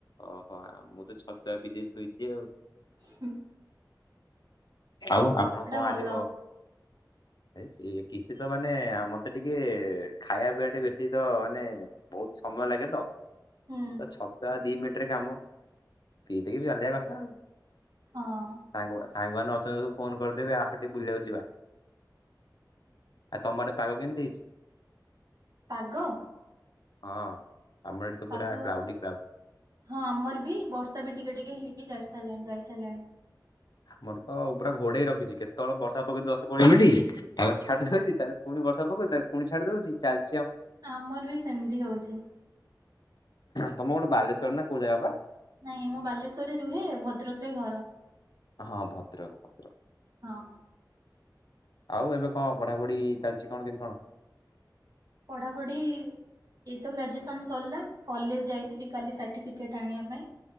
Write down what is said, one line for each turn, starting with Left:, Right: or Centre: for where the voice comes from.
Left: ଓହୋ ମୁଁ ତ ଛତୁଆ ପିଦେଇ ଶୋଇଛି ଆଉ।
Right: ହୁଁ
Left: ଆଉ ଆପଣ କଣ
Right: ଭଲ
Left: ଆଜି କହ ସେ କିଛି ତ ମାନେ ଆମ ତ ଟିକେ ଖାଇବା ପିଇବା ଟେ ବେଶୀ ତ ମାନେ ବହୁତ ସମୟ ଲାଗେ ତ
Right: ହୁଁ
Left: ଛତୁଆ ଦି ମିନିଟ ରେ କାମ ପିଇ ଦେଇକି ଚାଲିିବା କଥା ଆଉ।
Right: ହଁ
Left: ସାଙ୍ଗ ସାଙ୍ଗମାନେ ଅଛନ୍ତି ସବୁ ଫୋନ କରିଦେବେ ଆସ ଟିକେ ବୁଲିବାକୁ ଯିବା। ଆଉ ତମ ଆଡ଼େ ପାଗ କେମିତି ହେଇଛି।
Right: ପାଗ
Left: ହଁ ଆମର ଏଇଠି ତ
Right: ପାଗ
Left: ପୁରା କ୍ଲାଉଡି କ୍ଲାଉ
Right: ହଁ ଆମର ବି ବର୍ଷା ବି ଟିକେ ଟିକେ ହେଇକି ଯାଇ ସାରିଲାଣି ଯାଇସାରିଲାଣି।
Left: ଆମର ତ ପୁରା ଘୋଡେଇ ରଖିଛି କେତେବେଳେ ବର୍ଷା ପକେଇଦବ ଦଶ କୋଡିଏ ମିନିଟ ତାପରେ ଛାଡିଯାଉଚି ତାପାରେ ପୁଣି ବର୍ଷା ପକଉଚି ତାପରେ ପୁଣି ଛାଡି ଯାଉଚି ଚାଲି
Right: ଆମର ବି ସେମିତି ହଉଛି।
Left: ତମ କଣ ବାଲେଶ୍ଵର ନା କୋଉ ଜାଗା ବା
Right: ନାଇଁ ମୁଁ ବାଲେଶ୍ୱରରେ ରୁହେ ଭଦ୍ରକରେ ଘର।
Left: ହଁ ଭଦ୍ରକ ଭଦ୍ରକ।
Right: ହଁ
Left: ଆଉ ଏବେ କଣ ପଢ଼ାପଢ଼ି ଚାଲିଛି କଣ କେମିତି କଣ?
Right: ପଢ଼ାପଢ଼ି ଏଇତ ଗ୍ରାଜୁଏସନ ସରିଲା। କଲେଜ ଯାଇଥିଲି କାଲି ସାର୍ଟିଫିକେଟ ଆଣିବା ପାଇଁ।